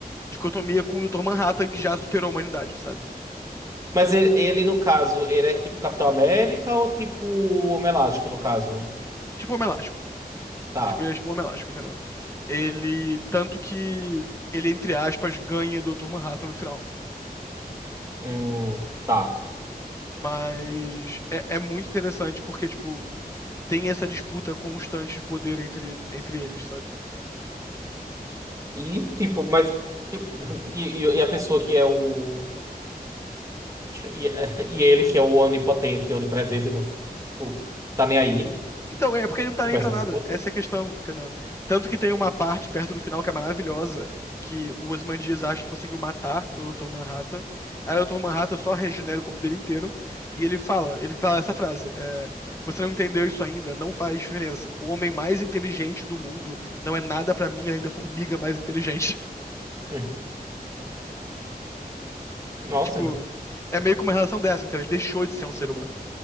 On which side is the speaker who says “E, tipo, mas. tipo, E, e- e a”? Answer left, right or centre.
Right